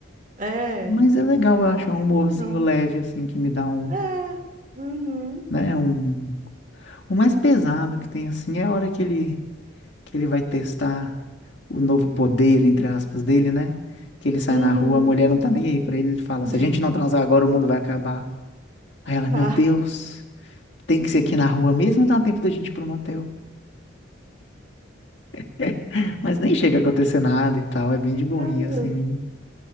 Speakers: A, on the right (about 40°); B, on the left (about 65°).
A: É.
B: Mas é legal eu
A: Ah,
B: achar
A: até
B: um humorzinho
A: que eu não.
B: leve, assim, que me dá um,
A: É. Uhum.
B: né, um... O mais pesado que tem, assim, é a hora que ele, que ele vai testar o novo poder, entre aspas, dele, né? Que ele sai
A: Uhum.
B: na rua, a mulher não tá nem aí pra ele, ele fala,
A: <laughs>
B: se a gente não transar agora, o mundo vai acabar. Aí ela, meu
A: Ah.
B: Deus, tem que ser aqui na rua mesmo ou dá tempo da gente ir pro motel? <laughs> Mas nem chega a acontecer nada e tal, é bem de boinha,
A: <laughs>
B: assim.